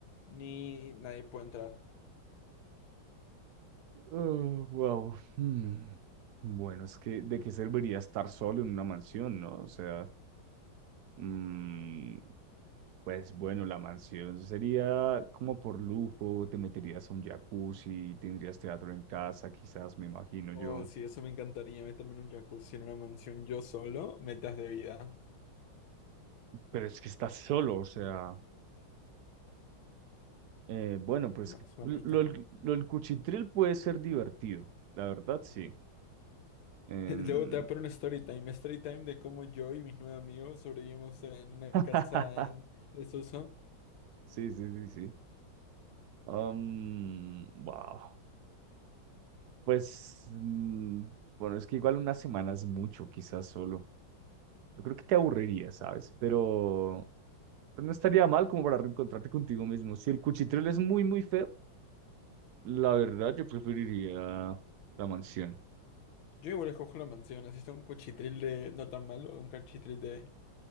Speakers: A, on the left; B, on the right.
A: ni nadie puede entrar?
B: Oh, wow. Hmm. Bueno, es que ¿de qué serviría estar solo en una mansión, no? O sea, mm, pues bueno, la mansión sería como por lujo, te meterías a un jacuzzi, tendrías teatro en casa, quizás, me imagino
A: Oh,
B: yo.
A: sí, eso me encantaría, meterme en un jacuzzi en una mansión yo solo, metas de vida.
B: Pero es que estás solo, o sea, eh, bueno, pues
A: Una semanita.
B: lo, lo, lo- el cuchitril puede ser divertido, la verdad, sí. Em,
A: Luego te va a poner un story time, story time de cómo yo y mis nueve amigos sobrevivimos en una
B: <laughs>
A: casa en desuso.
B: Sí, sí, sí, sí. Am, wow. Pues, mm, bueno, es que igual una semana es mucho, quizás solo. Yo creo que te aburriría, ¿sabes? Pero, pero no estaría mal como para reencontrarte contigo mismo. Si el cuchitril es muy, muy feo, la verdad yo preferiría la mansión.
A: Yo igual escojo la mansión, así está un cuchitril de no tan malo, un cuchitril de